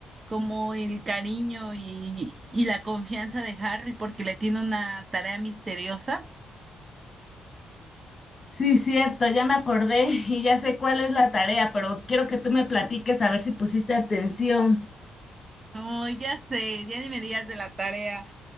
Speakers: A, on the right (about 35°); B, on the left (about 30°).
A: como el cariño y, y la confianza de Harry porque le tiene una tarea misteriosa.
B: Sí, cierto, ya me acordé <laughs> y ya sé cuál es la tarea, pero quiero que tú me platiques a ver si pusiste atención.
A: Oh, ya sé, ya ni me digas de la tarea